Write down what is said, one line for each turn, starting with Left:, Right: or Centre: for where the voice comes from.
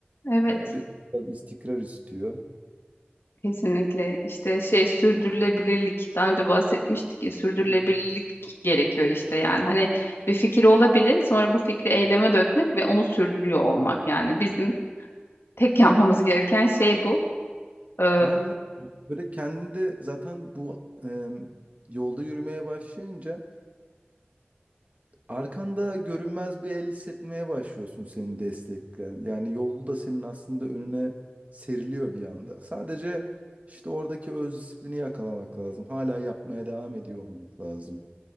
Left: Evet.
Right: E, bir biraz istikrar istiyor.
Left: Kesinlikle işte şey sürdürülebilirlik daha önce bahsetmiştik ya sürdürülebilirlik
Right: Hı hı.
Left: gerekiyor işte yani hani bir fikir olabilir sonra bu fikri eyleme dökmek ve onu sürdürüyor olmak yani bizim tek yapmamız gereken şey bu. Ee,
Right: Aynen öyle. Böyle kendinde zaten bu e, yolda yürümeye başlayınca Arkanda görünmez bir el hissetmeye başlıyorsun seni destekleyen. Yani yolu da senin aslında önüne seriliyor bir anda. Sadece işte oradaki öz disiplini yakalamak lazım. Hala yapmaya devam ediyor olmak lazım.